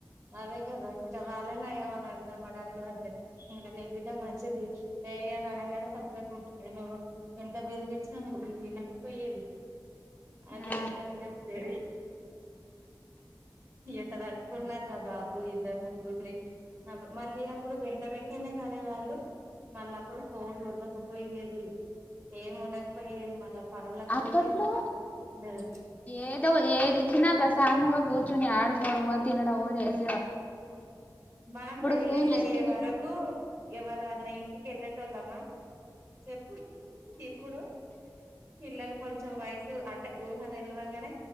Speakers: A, on the right; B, on the left.
A: అదే కదా ఇంకా వాళ్ళనేయమని అంటారు మా డాడీ కూడ అంతే ఇంకా నీ బిడ్డ మంచిది ఏ కనంగానే చప్పద ఉంటుంది నువ్వు ఎంత బెదిరించినా నువ్వు వినకపోయేవి అదిగి
B: ఆ
A: నం వెరీ ఎట్టా తట్టుకున్నాక బాబు ఇద్దరు ముగ్గురిని మళ్ళీ అప్పుడు వెంట వెంటనే కానే వాళ్ళు మళ్ళ అక్కడ ఫోన్లు ఉండకపోయేది ఏం ఉండకపోయేది మళ్ళా పనులకు
B: అప్పట్లో
A: పోయేది పనులు చేసుకునేది
B: ఏదో ఏది ఇచ్చినా ప్రశ్ సన్నగా కూర్చుని ఆడుకోవడమో తినడమో చేస్తా
A: మనం పెళ్ళిళ్ళు
B: ఫోన్లు
A: అయ్యే
B: ఇస్తేనే
A: వరకు ఎవరన్నా ఇంటికి వెల్లేటోళ్ళమ చెప్పు ఇప్పుడు పిల్లలు కొంచెం వయసు అంటే ఊహ తెలివంగానే